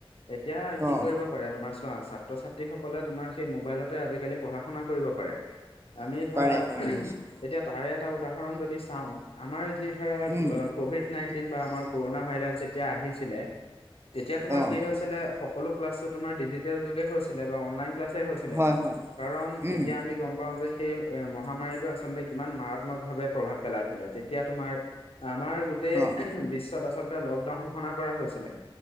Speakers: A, on the left; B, on the right.
A: এতিয়া কি
B: অ',
A: কৰিব কৰে তোমাৰ ছোৱা ছাত্ৰ ছাত্ৰীসকলে তোমাৰ সেই মবাইলতে আজিকালি পঢ়া শুনা কৰিব পাৰে আমি ধৰা
B: পাৰে
A: এতিয়া
B: পাৰে নিশ্চয়।
A: তাৰে এটা উদাহৰণ যদি চাওঁ আমাৰ যি ধৰা অ
B: উম,
A: ক'ভিড নাইনটিন বা আমাৰ কৰোণা ভাইৰাছ যেতিয়া আহিছিলে তেতিয়া তোমাৰ
B: অ',
A: কি হৈছিলে সকলো ক্লাছতো তোমাৰ ডিজিটেল যুগে হৈছিলে বা অনলাইন ক্লাছ হৈছিলে
B: হয় হয়।
A: কাৰণ
B: উম,
A: তেতিয়া আমি গম প পাওঁ যে সেই এ মহামাৰীতো আচলতে কিমান মাৰাত্মক ভাৱে প্ৰভাৱ পেলাইছিলে তেতিয়া তোমাৰ আমাৰ গোটেই
B: অ',
A: বিশ্বত আচলতে লকডাউন ঘোষণা কৰা হৈছিলে